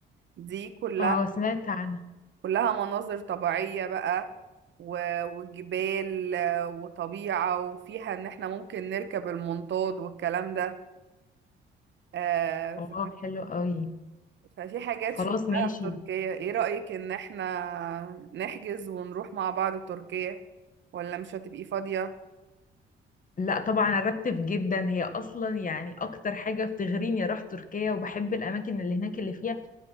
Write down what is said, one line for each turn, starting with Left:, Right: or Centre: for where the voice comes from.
Right: دي كلها
Left: اه سمعت عنها
Right: كلها مناظر طبيعية بقى و- وجبال آه، وطبيعة وفيها ان احنا ممكن نركب المنطاد والكلام ده آه، ف-
Left: اه حلو قوي
Right: ففي حاجات
Left: خلاص
Right: شفتها
Left: ماشي
Right: في تركيا ايه رأيك ان احنا نحجز ونروح مع بعض تركيا ولا مش هتبقي فاضية
Left: لا طبعا ارتب جدا هي اصلا يعني اكتر حاجه بتغريني اروح تركيا وبحب الاماكن اللي هناك اللي فيها